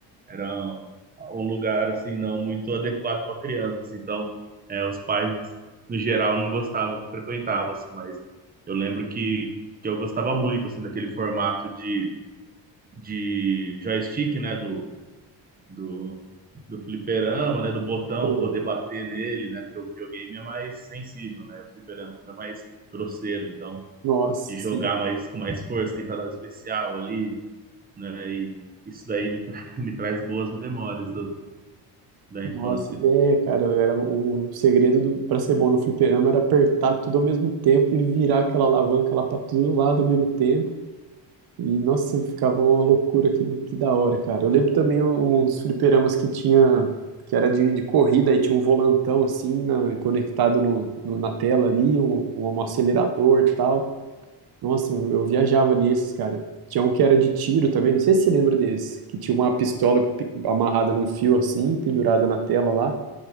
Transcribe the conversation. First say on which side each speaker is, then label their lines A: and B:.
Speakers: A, on the right; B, on the right.
A: era um, um lugar assim não muito adequado para criança. Então, é, os pais no geral não gostavam que frequentavam assim, mas eu lembro que, que eu gostava muito assim daquele formato de de joystick, né, do do, do fliperama, né? Do botão
B: Pô,
A: poder bater nele, né? Porque o videogame é mais sensível, né? O fliperama é mais grosseiro, então
B: nossa,
A: de jogar
B: sim.
A: mais com mais força, tentar dar o especial ali, né? E isso daí me, tra- <laughs> me traz boas memórias do, da
B: Nossa,
A: infância.
B: é cara, era o segredo do, para ser bom no fliperama era apertar tudo ao mesmo tempo e virar aquela alavanca lá para todo lado ao mesmo tempo. E, nossa, ficava uma loucura aquilo, que da hora, cara. Eu lembro também uns fliperamas que tinha, que era de, de corrida, e tinha um volantão, assim, na- conectado no, no- na tela ali, um, um, acelerador e tal. Nossa, eu, eu viajava nesses, cara. Tinha um que era de tiro também, não sei se você lembra desse, que tinha uma pistola pi- amarrada num fio, assim, pendurada na tela lá.